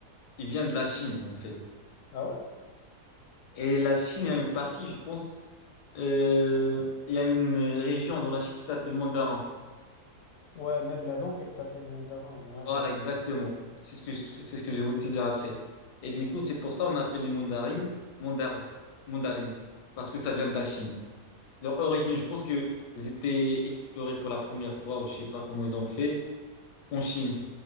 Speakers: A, on the left (about 80°); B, on the left (about 65°).
A: il vient de la Chine, en fait.
B: Ah ouais?
A: Et la Chine, il y a une partie, je pense, euh, il y a une euh, région dans la Chine qui s'appelle Mandarin.
B: Ouais, même la langue, elle s'appelle mandarin. Ouais,
A: Voilà,
B: ouais,
A: exactement.
B: ouais.
A: C'est ce que je, c'est ce que je voulais te dire après. Et du coup, c'est pour ça qu'on appelle les mandarines mandarins, mandarines, parce que ça vient de la Chine. Leur origine, je pense que ils étaient explorés pour la première fois, ou je sais pas comment ils ont fait. en Chine.